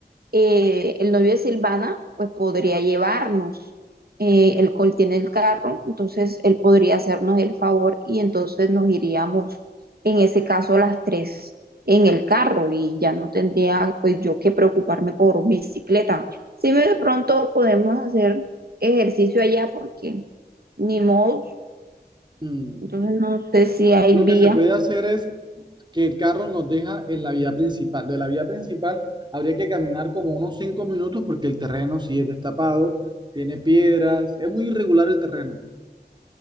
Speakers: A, on the right (about 65°); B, on the right (about 25°).
A: eh, el novio de Silvana pues podría llevarnos. Eh, el Col tiene el carro, entonces él podría hacernos el favor y entonces nos iríamos, en ese caso, las tres en el carro y ya no tendría pues yo que preocuparme por bicicleta. Si de pronto podemos hacer ejercicio allá porque ni modo,
B: Mm,
A: entonces no sé si hay
B: Lo
A: vía
B: que se puede hacer es que el carro nos deja en la vía principal. De la vía principal habría que caminar como unos cinco minutos porque el terreno sí es destapado, tiene piedras, es muy irregular el terreno.